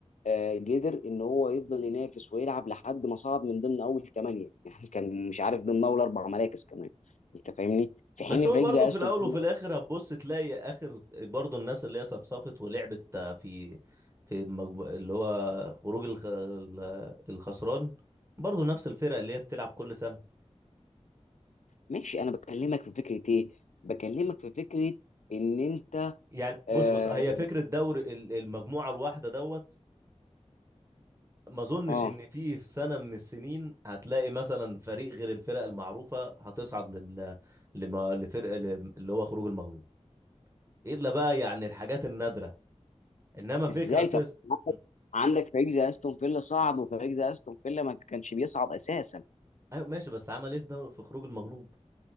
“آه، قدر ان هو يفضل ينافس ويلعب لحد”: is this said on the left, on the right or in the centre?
Left